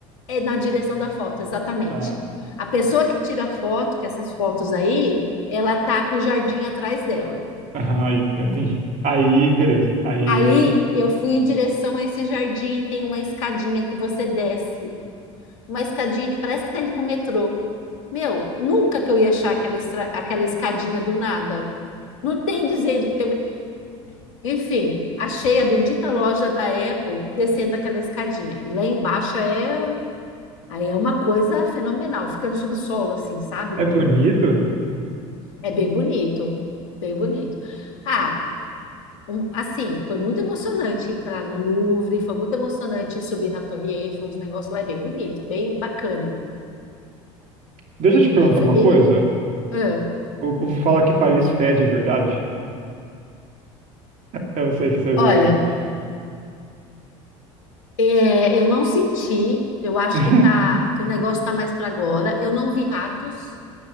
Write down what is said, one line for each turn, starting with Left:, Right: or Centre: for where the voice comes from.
Left: é na direção da foto, exatamente.
Right: Ah,
Left: A pessoa que tira foto, que essas fotos aí, ela tá com o jardim atrás dela.
Right: aham, aí, então entendi. Aí, beleza. Aí,
Left: Aí eu fui em direção a esse jardim e tem uma escadinha que você desce, uma escadinha que parece que tá indo pro metrô. Meu, nunca que eu ia achar aquela, estra- aquela escadinha do nada. Não tem dizendo que tem. uma- Enfim, achei a bendita loja da Apple descendo aquela escadinha. E lá embaixo é. Aí é uma coisa fenomenal, fica no subsolo, assim, sabe?
Right: é bonito.
Left: É bem bonito, bem bonito. Ah, um- assim, foi muito emocionante entrar no Louvre, foi muito emocionante subir na Torre Eiffel, os negócios lá é bem bonito, bem bacana.
Right: Deixa
Left: É-
Right: eu te perguntar
Left: é- foi
Right: uma
Left: bem.
Right: coisa.
Left: ah.
Right: O povo fala que Paris fede, é verdade? Eu sei que isso é
Left: Olha,
Right: verdade.
Left: é, eu não senti, eu acho
Right: <laughs>
Left: que tá, que o negócio tá mais para agora. Eu não vi ratos,